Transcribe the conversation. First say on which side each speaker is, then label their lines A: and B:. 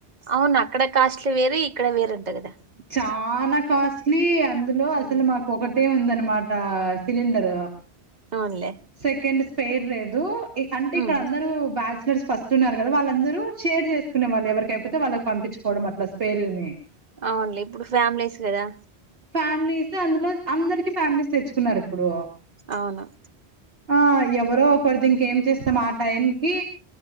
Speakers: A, on the right; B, on the right.
A: అవును అక్కడ కాస్ట్లీ వేరు ఇక్కడ వేరంట కదా
B: చానా కాస్ట్లీ అందులో అసలు
A: ఉమ్.
B: మాకు ఒక టే ఉందనమాట సిలిండరు
A: అవునులే
B: సెకండ్ స్పెయిర్ లేదు అంటే
A: ఉమ్.
B: ఇక్కడ అందరూ బ్యాచిలర్స్ ఫస్ట్ ఉన్నారు కదా వాళ్ళందరూ షేర్ చేసుకునే వాళ్ళు ఎవరికి ఐపోతే వాళ్ళకి పంపిచ్చుకోవడం అట్లా స్పేరుని
A: అవునులే ఇప్పుడు ఫ్యామిలీస్ కదా
B: ఫ్యామిలీస్ అందులో అందరికీ ఫ్యామిలీస్ తెచ్చుకున్నారు ఇప్పుడు
A: అవును
B: ఆ ఎవరో ఒకరుది ఇంకేం చేస్తాం ఆ టైంకి